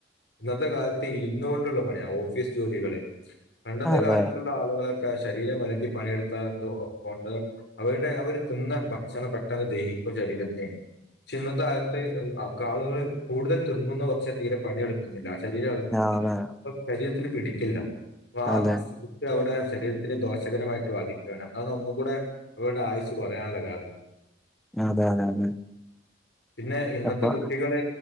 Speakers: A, on the left; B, in the centre.
A: ഇന്നത്തെ കാലത്ത് ഇര്ന്നു കൊണ്ടുള്ള പണിയാ ഓഫീസ് ജോലികള്. പണ്ടത്തെ
B: അതെ
A: കാലത്തുള്ള ആളുകളൊക്കെ ശരീരം എളകി പണിയെടു ത്തതു കൊണ്ടെന്ന് അവരുടെ അവര് തിന്ന ഭക്ഷണം പെട്ടെന്ന് ദഹിക്കും ശരീരത്തെ പക്ഷെ, ഇന്നത്തെ കാലത്ത് ഒക്ക ആളുകൾ കൂടുതൽ തിന്നുന്ന പക്ഷെ തീരെ പണിയെടുക്ക് ന്നില്ല. ശരീരം എളക്കുന്നില്ല
B: അതെ
A: അപ്പൊ ശരീരത്തിന് പിടിക്കില്ല അപ്പ ആ
B: അതെ
A: സ് ഇത് അവിടെ ശരീരത്തിന് ദോഷകരമായിട്ട് ബാധി ക്ക് ആണ്. അതാണ് ഒന്നും കൂടെ അവരുടെ ആയുസ് കൊറയാള്ള കാരണം.
B: അതെ, അതെ, അതെ
A: പിന്നെ, ഇന്നത്തെ
B: അപ്പൊ
A: കുട്ടികള്